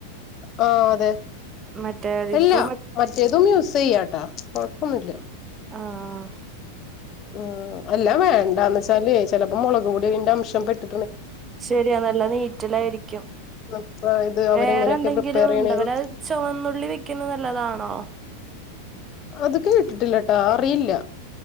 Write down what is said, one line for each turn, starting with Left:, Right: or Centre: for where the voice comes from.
Left: ആ അതെ
Right: മറ്റേ ഇപ്പൊ
Left: ഇല്ല
Right: മറ്റേ
Left: മറ്റേതും യൂസ് ചെയ്യാട്ടാ കൊഴപ്പൊന്നുമല്ല
Right: ആആ
Left: ആ അല്ല വേണ്ടന്ന്ച്ചാലെ ചേലപ്പോ മൊളക് പൊടിന്റെ അംശം പെട്ട്
Right: ശരിയാ നല്ല നീറ്റലാരിക്കും
Left: അപ്പൊ ഇത് അവരെങ്ങനെയൊക്കെ
Right: വേറെ എന്തങ്കിലും
Left: പ്രിപ്പയർ ചെയ്യണേന്ന്
Right: ഉണ്ടോ വല്ല ചുവന്നുള്ളി വെക്കുന്നത് നല്ലതാണോ
Left: അതൊക്കെ കേട്ടിട്ടില്ല ട്ടാ അറിയില്ല